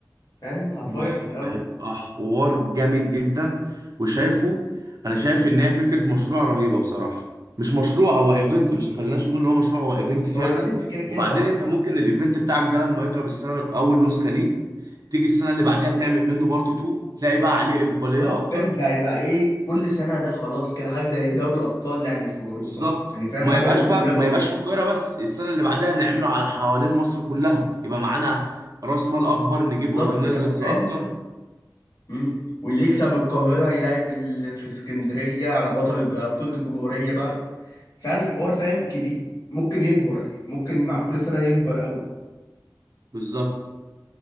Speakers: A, on the left; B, on the right.
A: فاهم هتفاير
B: بز-
A: قوي
B: هيبقى حوار جامد جدا وشايفه انا شايف ان هي فكره مشروع رهيبه بصراحه مش مشروع هو ايفنت مش خليناش نقول ان هو مشروع هو ايفنت فعلا
A: هو ايفنت كده كده
B: وبعدين
A: اه
B: انت ممكن الايفنت بتاعك ده لما يضرب السنه اول نسخه ليه تيجي السنه اللي بعديها تعمل منه بارت 2 تلاقي بقى عليه اقباليه
A: بالظبط
B: اكتر
A: فاهم فهيبقى ايه كل سنه ده خلاص كده حاجه زي دوري الابطال يعني في اوروبا
B: بالظبط
A: يعني فاهم
B: وما
A: حاجه
B: يبقاش
A: صغيره
B: بقى ما يبقاش
A: كده
B: في القاهره بس السنه اللي بعدها نعمله على حوالين مصر كلها يبقى معانا راس مال اكبر نجيب
A: بالظبط
B: اورجنايزرز
A: لما فاهم
B: اكتر
A: امم واللي يكسب من القاهره يلعب ال- في اسكندريه على بطل الج- على بطوله الجمهوريه بقى فعلا الحوار فاهم كبير ممكن يكبر ممكن مع كل سنه يكبر قوي
B: بالظبط